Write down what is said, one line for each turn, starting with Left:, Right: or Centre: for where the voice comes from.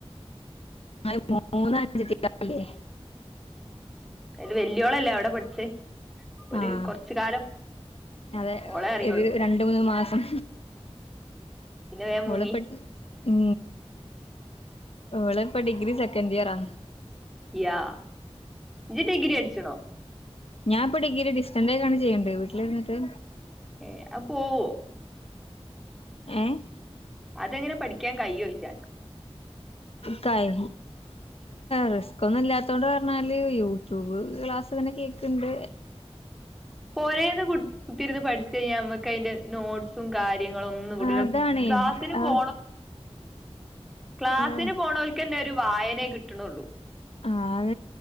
Left: <unintelligible>
Centre: അതിൽ വലിയോളല്ലേ അവിടെ പഠിച്ചേ ഒരു
Left: ആഹ്
Centre: കൊറച്ച് കാലം.
Left: അതെ
Centre: ഓളെ അറിയുള്ളൂ
Left: ഒരു രണ്ട് മൂന്ന് മാസം.
Centre: പിന്നെ വേം മുങ്ങി
Left: ഒളിപ്പോ ഉ ഒളിപ്പോ ഡിഗ്രി സെക്കൻഡ് ഇയറാ.
Centre: യാ ഇയ്യ് ഡിഗ്രി പഠിച്ചിനോ
Left: ഞാൻപ്പൊ ഡിഗി ഡിസ്റ്റൻറക്കാണ് ചെയ്യേണ്ട വീട്ടിലിരുന്നിട്ട്.
Centre: ഏ പോവോ
Left: ഏഹ.
Centre: അതെങ്ങനെ പഠിക്കാൻ കഴിയോച്ച
Left: കായ.
Centre: <unintelligible>
Left: റിസ്ക് ഒന്നും ഇല്ലാത്തോണ്ട് പറഞ്ഞാല് യൂട്യൂബ് ക്ലാസ്സ്ങ്ങന്നെ കേൾക്ക്ണ്ട്.
Centre: പോരേന്ന് കുത്തിരുന്ന് പഠിച്ചു കഴിഞ്ഞാൽ നമ്മുക്ക് അതിന്റെ നോട്ടിസും കാര്യങ്ങളും. ന്ന് കിട്ടൂല
Left: അതാണേ
Centre: ക്ലാസ്സിന്
Left: ആഹ്
Centre: പോണം. ക്ലാസിന്
Left: ആഹ്
Centre: പോണവൽക്ക്ന്നെ ഒരു വായനേെ കിട്ടണള്ളൂ.
Left: ആ അത